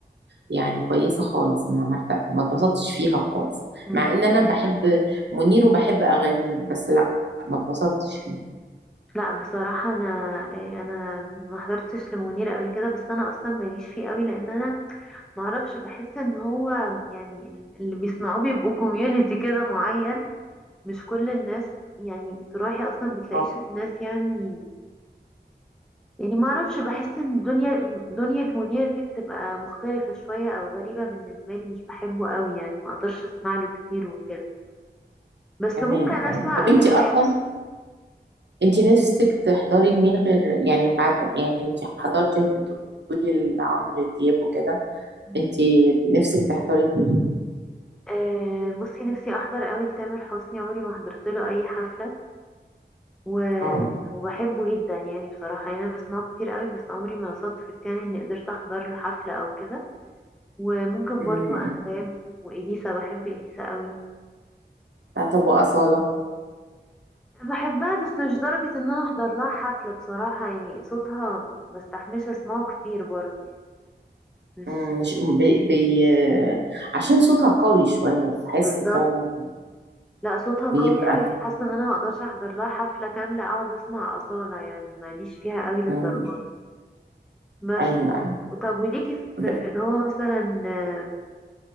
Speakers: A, on the right (about 80°); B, in the centre.
A: يعني كويسة خالص ما ما ارت- ما اتبسطتش فيها خالص
B: مم.
A: مع ان انا بحب منير وبحب اغانيه بس لا ما اتبسطتش فيها
B: لا بصراحة أنا إيه، أنا ما حضرتش لمنير قبل كده بس أنا أصلا ماليش فيه قوي لأن أنا ما أعرفش بحس إن هو يعني اللي بيسمعوه بيبقوا كوميونيتي كده معين مش كل الناس يعني بتروحي أصلا بتلاقيش
A: اه
B: الناس يعني يعني ما أعرفش بحس إن دنيا دنيا منير دي بتبقى مختلفة شوية أو غريبة بالنسبة لي مش بحبه قوي يعني ما أقدرش أسمع له كتير وكده بس
A: تمام
B: ممكن
A: تمام
B: أسمع
A: طب
B: أغاني
A: انت اصلا انت نفسك تحضري لمين غير يعني بعد يعني انت حضرتي بتقولي لعمرو دياب وكده
B: عادي
A: انت نفسك تحضري لمين
B: آه، بصي نفسي احضر قوي لتامر حسني عمري ما حضرت له اي حفله و...
A: اه
B: وبحبه جدا يعني بصراحه يعني انا بسمعه كتير قوي بس عمري ما صدفت يعني اني قدرت احضر له حفله او كده وممكن
A: امم
B: برضو انغام واليسا بحب اليسا قوي
A: لا طب وأصالة
B: بحبها بس مش درجه ان انا احضر لها حفله بصراحه يعني صوتها ما استحملش اسمعه كتير برضو يعني مش
A: مم، مش بي بي عشان صوتها قوي شوية بحس
B: بالظبط
A: فعلا
B: لا صوتها قوي
A: بيبقى
B: قوي فحاسه ان انا ما اقدرش احضر لها حفله كامله اقعد اسمع اصاله يعني ماليش فيها قوي للدرجه
A: مم،
B: بس
A: أيوه أيوه
B: طب وليكي في,
A: ب-
B: في اللي هو مثلا آه،